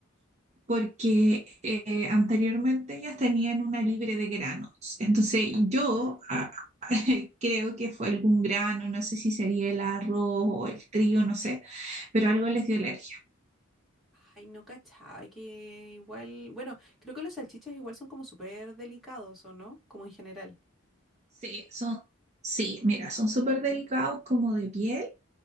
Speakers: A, on the right; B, in the centre.
A: porque eh, anteriormente ellas tenían una libre de granos. Entonces yo ah, <laughs> creo que fue algún grano, no sé si sería el arroz o el trigo, no sé, pero algo les dio alergia.
B: Ay, no cachaba que igual. Bueno, creo que los salchichas igual son como súper delicados, ¿o no? Como en general.
A: Sí, son, sí, mira, son súper delicados como de piel